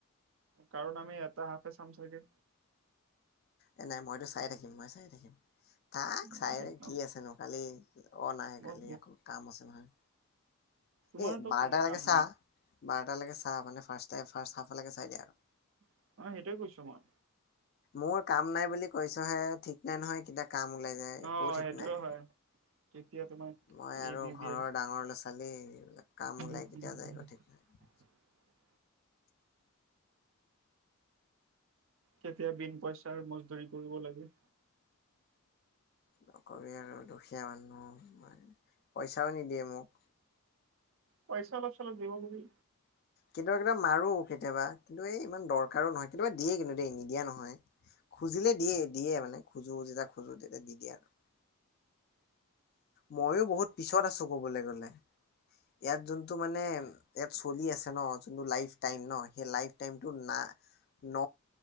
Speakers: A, on the right; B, on the left.
A: কাৰণ আমি এটা হাফে চাম চাগে
B: এ নাই মইতো চাই থাকিম মই চাই থাকিম। তাক
A: মোৰ
B: চাই কি আছেনো, কালি অ নাই
A: মোৰ
B: কালি আকৌ কাম আছে নহয়।
A: তোমাৰতো
B: এই বাৰটালৈকে
A: কোনো কাম
B: চাহ
A: নাই
B: বাৰটা লৈকে চাহ তাৰ মানে ফাৰ্ষ্ট তাই <inaudible> ফাৰ্ষ্ট হাফলৈ চাই দিয়া আৰু
A: অ সেইটোৱে কৈছো মই
B: মোৰ কাম নাই বুলি কৈছো হে ঠিক নাই নহয় কেতিয়া কাম ওলাই যায়,
A: অ
B: একো ঠিক
A: সেইটোও
B: নাই।
A: হয় কেতিয়া তোমাক
B: মই আৰু
A: এৰি দি
B: ঘৰৰ
A: দিয়ে
B: ডাঙৰ ল'ৰা ছোৱালী এইবিলাক কাম
A: উম,
B: ওলাই কেতিয়া
A: উম,
B: যায়
A: উম।
B: একো ঠিক নাই।
A: <inaudible> কেতিয়া বিন পইচাৰ মজদুৰি কৰিব লাগে।
B: নকবি আৰু দুখীয়া মানুহ, পইচাও নিদিয়ে মোক।
A: পইচা অলপ চলপ দিব বুলি
B: কেতিয়াবা কেতিয়াবা মাৰো কেতিয়াবা কিন্তু এই ইমান দৰকাৰো নহয়, কেতিয়াবা দিয়ে কিন্তু দেই। নিদিয়া নহয় খুজিলে দিয়ে দিয়ে মানে খোজো যেতিয়া খোজো তেতিয়া দি দিয়ে আৰু ময়ো বহুত পিছত আছো কবলৈ গলে। ইয়াত যোনটো মানে ইয়াত চলি আছে ন যোনটো লাইফ টাইম নহ! সেই লাইফ টাইম টো না ন